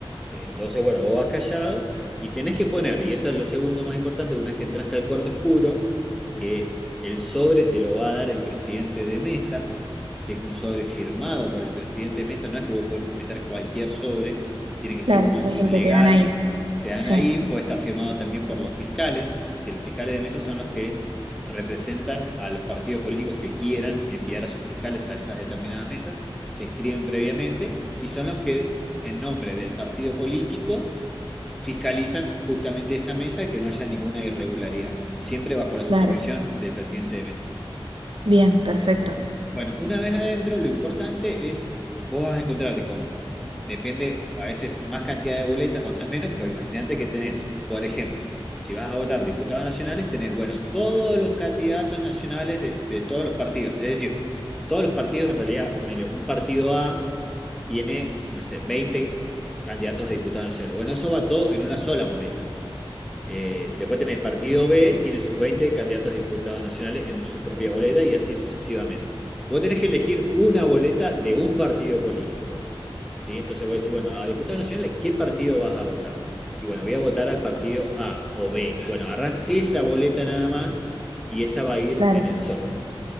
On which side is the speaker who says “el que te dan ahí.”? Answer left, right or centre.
Right